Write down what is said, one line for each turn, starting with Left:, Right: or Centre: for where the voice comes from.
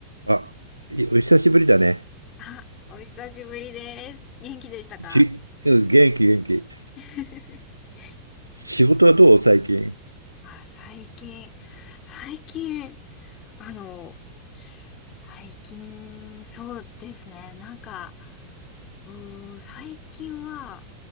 Right: あ、いお久しぶりだね。
Left: あ、お久しぶりです。元気でしたか
Right: き元気元気。
Left: <laughs>
Right: 仕事はどう最近。
Left: あ、最近、最近、あの、最近、そうですね。なんか、うーん、最近は、